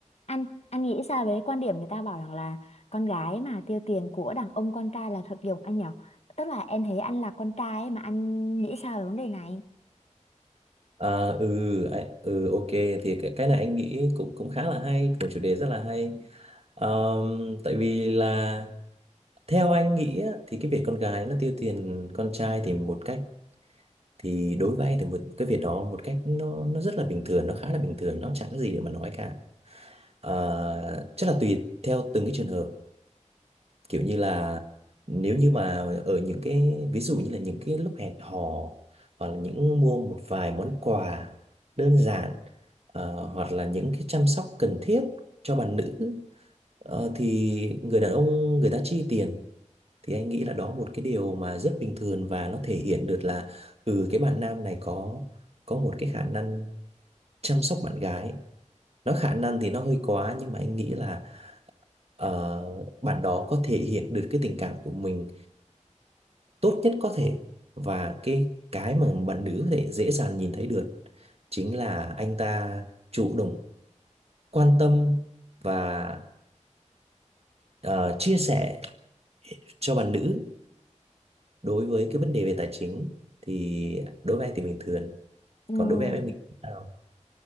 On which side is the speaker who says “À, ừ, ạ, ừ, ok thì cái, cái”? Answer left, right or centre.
Right